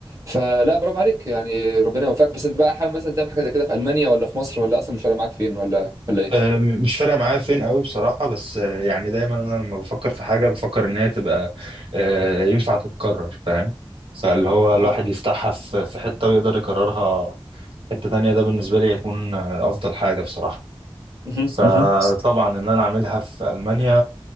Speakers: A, on the right; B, on the right.
A: فلا برافو عليك يعني ربنا يوفقك بس انت بقى حابب مثلا تعمل حاجه زي كده في المانيا ولا في مصر ولا اصلا مش فارق معاك فين ولا ولا ايه؟
B: آه، مش فارقه معايا فين قوي بصراحه بس آه، يعني دايما انا لما بفكر في حاجه بفكر ان هي تبقى آه، ينفع تتكرر فاهم فاللي هو
A: اه
B: الواحد يفتحها في في حته ويقدر يكررها حته تانيه ده بالنسبه لي يكون آه، افضل حاجه بصراحه
A: مهم،
B: فطبعا
A: مهم.
B: ان انا اعملها في المانيا